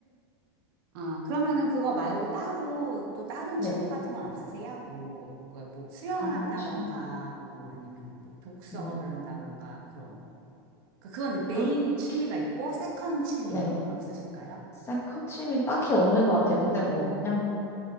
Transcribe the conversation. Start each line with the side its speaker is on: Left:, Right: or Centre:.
Right: 아, 그러면은 그거 말고 따로 또 다른
Left: 네.
Right: 취미 같은 건 없으세요? 뭐, 그 뭐, 수영을
Left: 다른
Right: 한다던가,
Left: 취미?
Right: 뭐, 아니면 뭐, 독서를
Left: 음,
Right: 한다던가, 그런. 그- 그건 이제 메인
Left: 딱히.
Right: 취미가 있고 세컨 취미
Left: 네.
Right: 이런 건 없으실까요?
Left: 세컨침이 딱히 없는 것 같아요. 근데 뭐 그냥